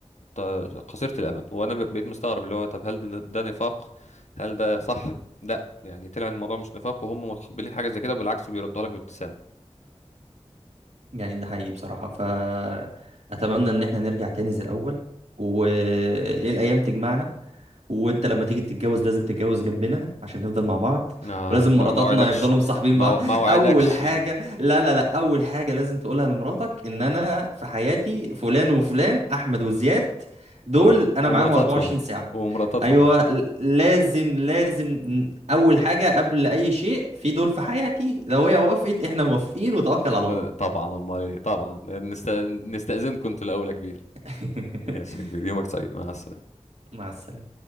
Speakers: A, on the left; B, on the right.
A: ط- قصيره الامد وانا ب- بقيت مستغرب اللي هو طب هل ده ده نفاق هل ده صح لا يعني طلع الموضوع مش نفاق وهم متقبلين حاجه زي كده وبالعكس بيردها لك بابتسامه
B: يعني ده حقيقي بصراحة فأتمنى إن احنا نرجع تاني زي الأول وإيه الأيام تجمعنا وانت لما تيجي تتجوز لازم تتجوز جنبنا عشان نفضل مع بعض
A: ما
B: ولازم
A: ما
B: مراتاتنا
A: ما وعدكش
B: يفضلوا مصاحبين
A: ما
B: بعض
A: ما وعدكش
B: اول حاجه لا لا لا اول حاجه لازم تقولها لمراتك ان انا في حياتي فلان وفلان احمد وزياد دول
A: آه،
B: انا
A: ومراتاتهم
B: معاهم 24 ساعه
A: ومراتاتهم
B: ايوه ل- لازم لازم ن- اول حاجه قبل اي شيء في دول في حياتي لو هي وافقت احنا موافقين وتوكل على
A: آه،
B: الله
A: طبعا امال إيه؟ طبعا نست... نستأذنكم انتوا الاول يا كبير
B: <laughs>
A: ماشي يا كبير يومك سعيد مع السلامه
B: مع السلامه